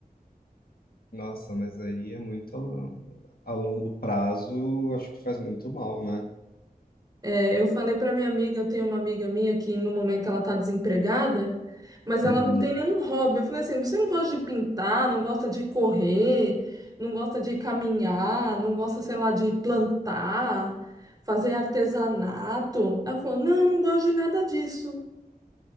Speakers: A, on the left; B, on the right.
A: Nossa, mas aí é muito a, a longo prazo, acho que faz muito mal, né?
B: É, eu falei para minha amiga, eu tenho uma amiga minha que no momento ela tá desempregada, mas
A: Uhum.
B: ela não tem nenhum hobby. Eu falei assim, você não gosta de pintar, não gosta de correr, não gosta de caminhar, não gosta, sei lá, de plantar, fazer artesanato. Ela falou, não, não gosto de nada disso.